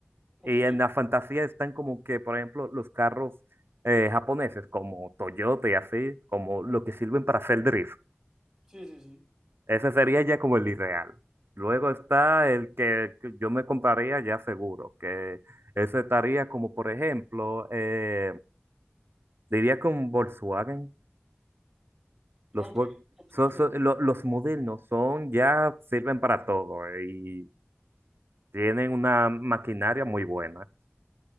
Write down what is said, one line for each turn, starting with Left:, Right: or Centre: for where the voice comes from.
Centre: Ok,
Right: Y en la fantasía están como que, por ejemplo, los carros eh, japoneses como Toyota y así, como lo que sirven para hacer drift.
Centre: Sí, sí, sí.
Right: Ese sería ya como el irreal. Luego está el que que yo me compraría ya seguro, que ese estaría como, por ejemplo, eh, diría con Volkswagen. Los,
Centre: Ok,
Right: Vol-
Centre: ok,
Right: so- so-
Centre: lo puse.
Right: lo- los modernos son, ya sirven para todo eh, y tienen una maquinaria muy buena.